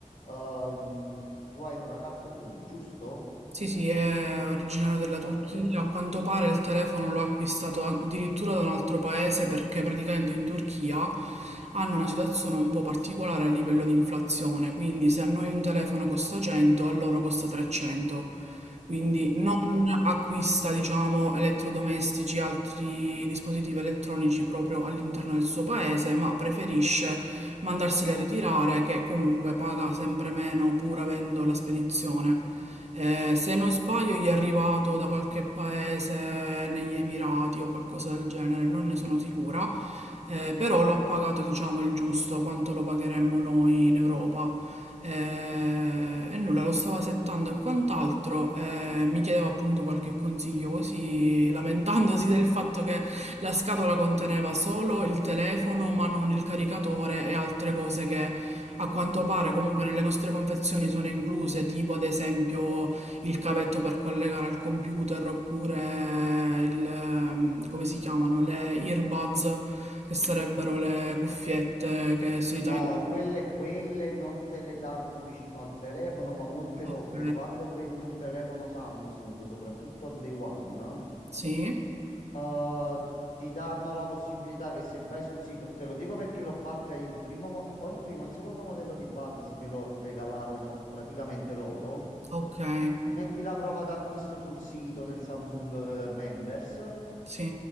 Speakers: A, on the left (about 80°); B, on the right (about 55°).
A: ehm, tu hai un ragazzo fuori, giusto?
B: Sì, sì, è originario della Turchia.
A: Ok,
B: A quanto pare il telefono l'ho acquistato an- addirittura da un altro paese perché praticamente in Turchia hanno una situazione un po' particolare a livello di inflazione, quindi se a noi un telefono costa 100, a loro costa 300 quindi non
A: ok.
B: acquista, diciamo, elettrodomestici e altri dispositivi elettronici proprio all'interno del suo paese, ma preferisce mandarseli a ritirare, che comunque paga sempre meno pur avendo la spedizione. Eh, se non sbaglio, gli è arrivato da qualche paese negli Emirati o qualcosa del genere, non ne sono sicura, eh, però lo ha pagato, diciamo, il giusto, quanto lo pagheremmo noi in Europa. Eh, e nulla, lo stavo settando e quant'altro, eh, mi chiedeva appunto qualche consiglio, così lamentandosi del fatto che la scatola conteneva solo il telefono, ma non il caricatore e altre cose che a quanto pare comunque nelle nostre confezioni sono incluse, tipo ad esempio il cavetto per collegare al computer oppure il, ehm, come si chiamano, le earbuds, che sarebbero le cuffiette che solitamente...
A: No, quelle, quelle non te le danno vicino al telefono, ma molte volte
B: Ok.
A: quando prendi un telefono Samsung, soprattutto al day one,
B: Sì,
A: eh, ti danno la possibilità che se vai sul sito, te lo dico perché l'ho fatta il primo, mo- o il primo, o il secondo modello di Buds me lo regalarono praticamente loro.
B: okay.
A: Metti la prova d'acquisto sul sito nel Samsung eh, Members.
B: Sì,